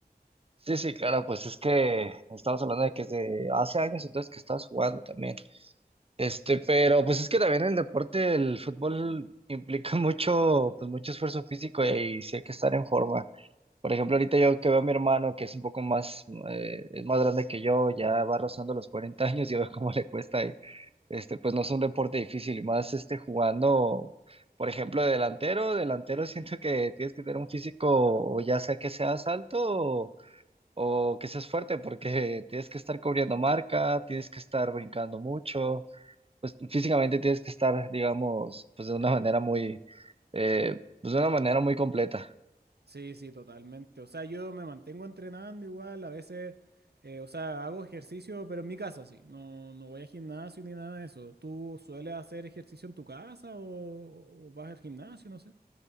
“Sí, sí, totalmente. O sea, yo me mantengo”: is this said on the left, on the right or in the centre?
Right